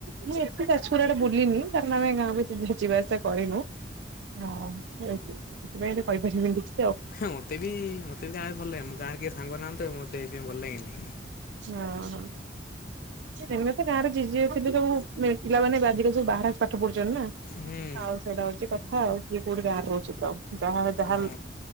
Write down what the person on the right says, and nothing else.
ମୁଁ ଏତେ ଯାଜପୁର ଆଡେ ବୁଲିନି କାରଣ ଆମେ ଗାଁ ଭିତରେ ଯିବା ଆସିବା କରିନୁ। ହଁ ସେଥିପାଇଁ କହିପାରିବିନି କିଛି।
ହଁ ହ ଏବେତ ଗାଁରେ ଜିଜ ଏବେତ ବହୁତ ପିଲାମାନେ ବାଜିରେ ସବୁ ବାହାରେ ପାଠ ପଢୁଛନ୍ତି ନା
ଆଉ ସେଇଟା ହଉଚି ହଁ ଏଠି କଉଠି ଗାଁରେ ରହୁଛି ତ ଯାହା ଯାହା